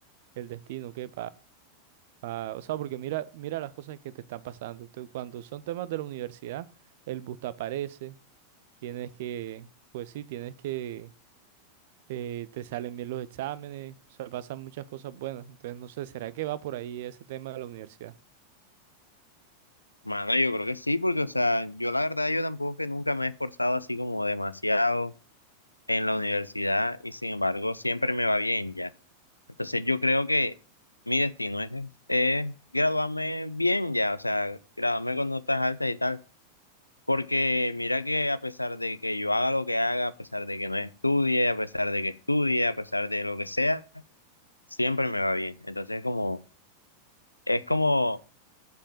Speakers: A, on the right (about 55°); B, on the left (about 80°).
A: el destino? ¿Qué? Ah, o sea, porque mira, mira las cosas que te están pasando. Tú, cuando son temas de la universidad, el bus te aparece, tienes que, pues sí, tienes que, eh, te salen bien los exámenes, o sea, pasan muchas cosas buenas. Entonces, no sé, ¿será que va por ahí ese tema de la universidad?
B: mano, yo creo que sí, porque, o sea, yo la verdad, yo tampoco es que nunca me he esforzado así como demasiado en la universidad, y sin embargo, siempre me va bien ya. Entonces yo creo que mi destino es, es graduarme bien ya, o sea, graduarme con notas altas y tal. Porque mira que a pesar de que yo haga lo que haga, a pesar de que no estudie, a pesar de que estudie, a pesar de lo que sea, siempre me va bien. Entonces como, es como